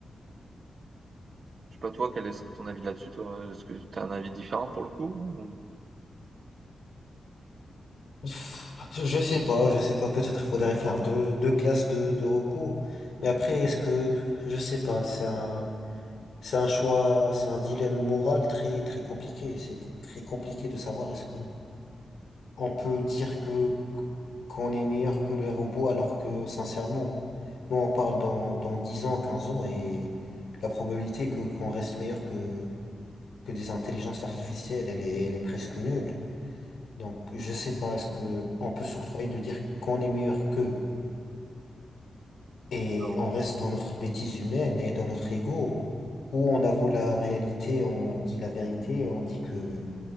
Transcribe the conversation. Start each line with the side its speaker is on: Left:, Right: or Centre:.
Right: Je sais pas, toi, quel serait ton avis là-dessus, toi? Est-ce que t'as un avis différent pour le coup? ou-
Left: Pff, Je sais pas, je sais pas, peut-être faudrait faire deux, deux classes de, de robots. Mais après, est-ce que, je sais pas, c'est un, c'est un choix, c'est un dilemme moral très, très compliqué. C'est très compliqué de savoir est-ce que on peut dire que qu'on est meilleur que les robots alors que sincèrement, nous on parle dans, dans 10 ans, 15 ans et la probabilité que qu'on reste meilleur que, que des intelligences artificielles, elle est, elle est presque nulle. Donc je sais pas, est-ce que on peut s'octroyer de dire qu'on est meilleur qu'eux et
Right: Alors,
Left: on reste dans notre bêtise humaine et dans notre ego, ou on avoue la réalité, on dit la vérité, on dit que